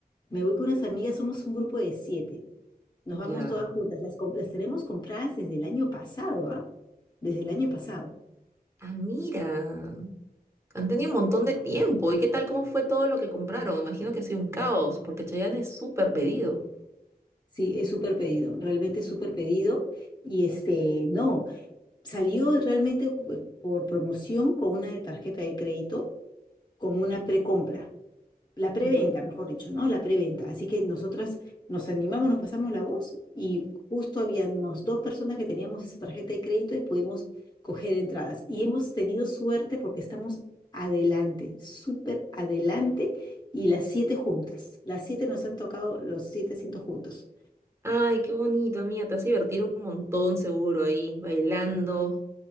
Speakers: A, on the left (about 25°); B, on the right (about 15°).
A: me voy con unas amigas, somos un grupo de siete. Nos vamos
B: Ya.
A: todas juntas. Las, com- las tenemos compradas desde el año pasado, ¿ah? Desde el año pasado.
B: Ah, mira. Han tenido un montón de tiempo. ¿Y qué tal? ¿Cómo fue todo lo que compraron? Imagino que ha sido un caos, porque Chayanne es súper pedido.
A: Sí, es súper pedido, realmente es súper pedido. Y este, no, salió realmente eh, por promoción con una tarjeta de crédito como una precompra. la preventa,
B: Ya.
A: mejor dicho, ¿no? La preventa. Así que nosotras nos animamos, nos pasamos la voz y justo habíamos dos personas que teníamos esa tarjeta de crédito y pudimos coger entradas. Y hemos tenido suerte porque estamos adelante, súper adelante y las siete juntas. Las siete nos han tocado los siete asientos juntos.
B: Ay, qué bonito, amiga. Te vas a divertir un montón seguro ahí, bailando